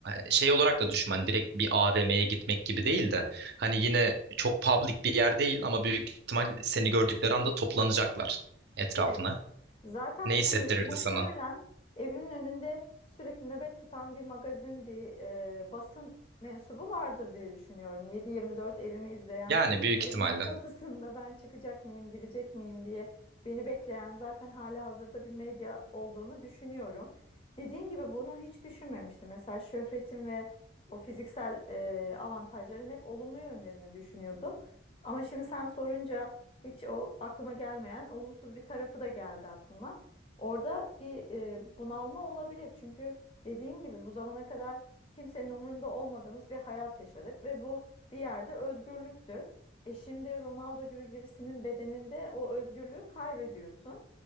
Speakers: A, on the right; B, on the left.
A: E, Şey olarak da düşün hani direkt bir AVM'ye gitmek gibi değil de hani yine çok public bir yer değil ama büyük ihtimal seni gördükleri anda toplanacaklar etrafına.
B: Evet. Zaten
A: Ne hissettirirdi
B: hani muhtemelen
A: sana?
B: evimin önünde sürekli nöbet tutan bir magazin, bir e, basın mensubu vardır diye düşünüyorum. Yedi yirmi dört evimi izleyen,
A: Yani büyük
B: evimin
A: ihtimalle.
B: kapısında ben çıkacak mıyım, girecek miyim diye beni bekleyen zaten hala hazırda bir medya olduğunu düşünüyorum. Dediğin gibi bunu hiç düşünmemiştim. Mesela şöhretim ve o fiziksel e, avantajların hep olumlu yönlerini düşünüyordum. Ama şimdi sen sorunca hiç o aklıma gelmeyen olumsuz bir tarafı da geldi aklıma. Orada bir e, bunalma olabilir. Çünkü dediğin gibi bu zamana kadar kimsenin umurunda olmadığımız bir hayat yaşadık ve bu bir yerde özgürlüktü. E şimdi Ronaldo gibi birisinin bedeninde o özgürlüğü kaybediyorsun.